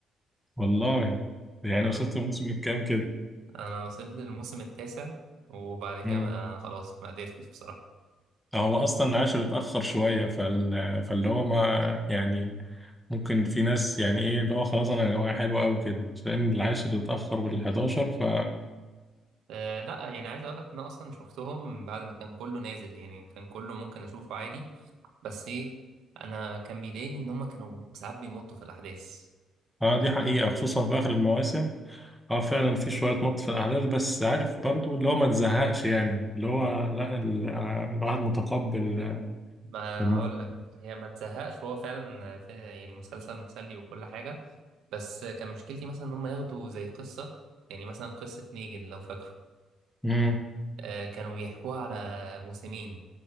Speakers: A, in the centre; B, on the right (about 80°).
A: والله يعني
B: <laughs> آه،
A: وصلت الموسم الكام كده
B: انا وصلت للموسم التاسع وبعد كده
A: مم.
B: ما خلاص ما قدرتش بصراحه
A: هو اصلا العاشر اتاخر شويه فال... فاللي هو ما يعني ممكن في ناس يعني ايه اللي هو خلاص انا يا جماعه حلوه قوي كده بس لان العاشر اتاخر وال11 ف
B: أه لا يعني عايز اقول لك ان انا اصلا شفتهم بعد ما كان كله نازل يعني كان كله ممكن اشوفه عادي بس ايه انا كان بيضايقني ان هم كانوا ساعات بيمطوا في الاحداث
A: اه دي حقيقه خصوصا في اخر المواسم اه فعلا في شويه مط في الاحداث بس عارف برضو اللي هو ما تزهقش يعني اللي هو لا ال... انا الواحد متقبل
B: ما أنا
A: الموضوع
B: هقول لك هي ما تزهقش هو فعلا في- يعني مسلسل مسلي وكل حاجه بس كان مشكلتي مثلا ان هم ياخدوا زي قصه يعني مثلا قصه نيجن لو فاكره
A: مم.
B: آه، كانوا بيحكوها على موسمين